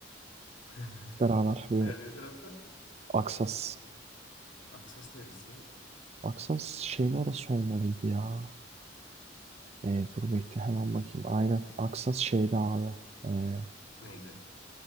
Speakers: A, on the left; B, on the right.
A: <laughs>
B: Beraber ve
A: Nerede tarafta?
B: Aksas.
A: Aksas neresi?
B: Aksas şeyin orası olmalıydı ya. Ee, dur bekle hemen
A: Hı,
B: bakayım. Aynen Aksas şeyde abi. Ee,
A: Neydi?